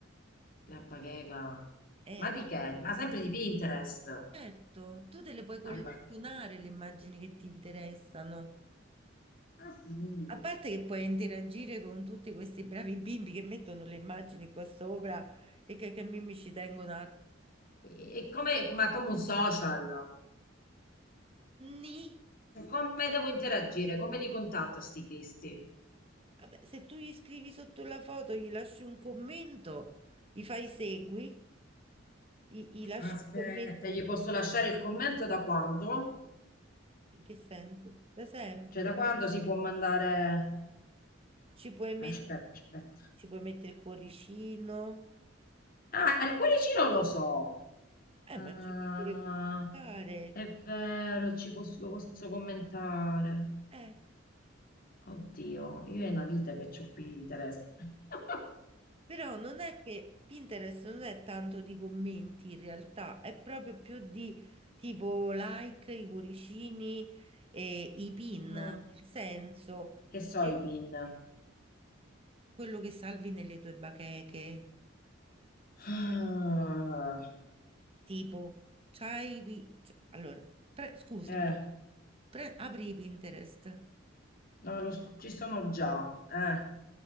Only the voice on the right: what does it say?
Eh,
certo, tu te le puoi collezionare
le immagini che ti interessano.
A parte che puoi interagire con tutti questi bravi bimbi che mettono le immagini qua sopra e che, che mi ci tengono a...
Ni.
Vabbè, se tu gli scrivi sotto la foto, gli lasci un commento, gli fai segui, gli, gli lasci
un commento
In che senso? Da sempre.
Ci puoi, met-
ci puoi mettere il cuoricino,
eh,
ma ci puoi pure commentare.
Eh,
però non è che Pinterest non è tanto di commenti in realtà, è proprio più di tipo like, i cuoricini e i pin,
nel senso
che
quello che salvi nelle tue bacheche,
tipo, c'hai... i pi- cioè, allora, pre- scusami,
pre- apri Pinterest. Eh,